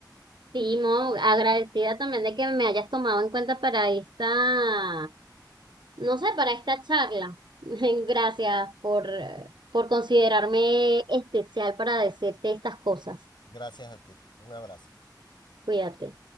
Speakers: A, on the right; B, on the left.
A: Sí, Mo, agradecida también de que me hayas tomado en cuenta para esta, no sé, para esta charla. <laughs> Gracias por, por considerarme especial para decirte estas cosas.
B: Gracias a ti. Un abrazo.
A: Cuídate.